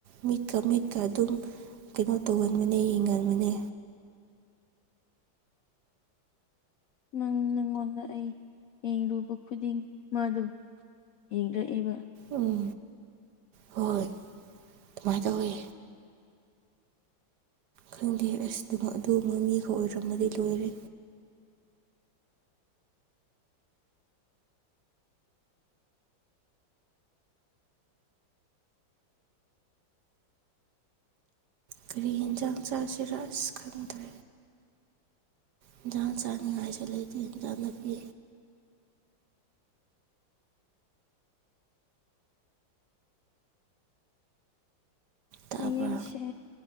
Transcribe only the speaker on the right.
ꯃꯤꯠꯀ ꯃꯤꯠꯀ ꯑꯗꯨꯝ ꯀꯩꯅꯣ ꯇꯧꯒꯟꯕꯅꯦ ꯌꯦꯡꯒꯟꯕꯅꯦ
ꯎꯝ ꯍꯣꯏ ꯑꯗꯨꯃꯥꯏꯅ ꯇꯧꯋꯤ ꯈꯪꯗꯦꯍꯦ ꯑꯁ ꯑꯗꯨꯒꯨꯝꯕ ꯃꯤꯒ ꯑꯣꯏꯔꯝꯃꯗꯤ ꯑꯩ ꯂꯣꯏꯔꯦ ꯀꯔꯤ ꯌꯦꯟꯁꯥꯡ ꯆꯥꯁꯤꯔ ꯑꯁ ꯈꯪꯗ꯭ꯔꯦ ꯍꯦꯟꯖꯥꯡ ꯆꯥꯅꯤꯡꯉꯥꯏꯁꯨ ꯂꯩꯇꯦ ꯍꯦꯟꯖꯥꯡ ꯅꯥꯄꯤ ꯇꯥꯕ꯭ꯔꯥ